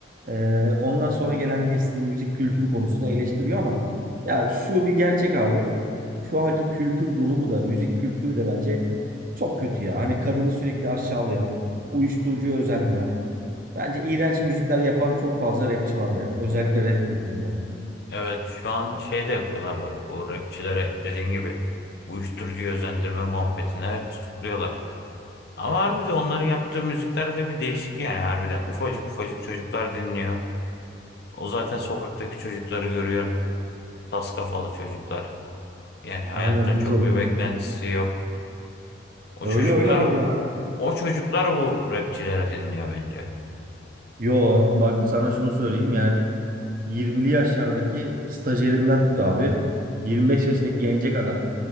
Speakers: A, on the right; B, on the left.
A: Ee, ondan sonra gelen nesli müzik kültürü konusunda eleştiriyor ama ya şu bir gerçek abi. Şu anki kültür durumu da müzik kültürü de bence çok kötü ya. Hani kadını sürekli aşağılayan, uyuşturucuya özendiren, bence iğrenç müzikler yapan çok fazla rapçi var yani. Özellikle rap kültüründe.
B: Evet şu an şey de yapıyorlar bak bu rapçilere dediğin gibi uyuşturucu özendirme muhabbetine hep tutukluyorlar. Ama harbiden onların yaptığı müzikler de bir değişik yani harbiden ufacık ufacık çocuklar dinliyor. O zaten sokaktaki çocukları görüyorsun. Tas kafalı çocuklar. Yani hayattan
A: Aynen hız
B: çok
A: olarak.
B: bir beklentisi yok. O
A: Öyle
B: çocuklar
A: öyle abi ya.
B: o çocuklar bu rapçilere dinliyor bence.
A: Yo bak sana şunu söyleyeyim yani 20'li yaşlardaki stajyerimden tut abi 25 yaştaki gence kadar